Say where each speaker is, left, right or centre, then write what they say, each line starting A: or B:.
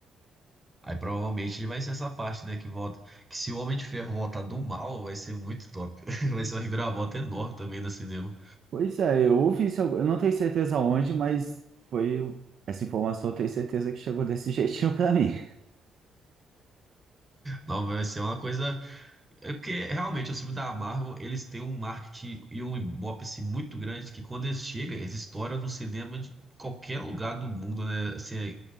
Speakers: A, on the right; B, on the right.
A: Aí provavelmente vai ser essa parte, né, que volta. Que se o Homem de Ferro voltar do mal, vai ser muito top. <laughs> Vai ser uma reviravolta enorme também no cinema.
B: Pois é, eu ouvi isso, eu não tenho certeza onde, mas foi essa informação, eu tenho certeza que chegou desse <laughs> jeitinho pra mim.
A: Não, vai ser uma coisa. É porque realmente, os filmes da Marvel, eles têm um marketing e um ibope assim, muito grande que quando eles chegam, eles estouram no cinema de qualquer lugar do mundo, né? Assim,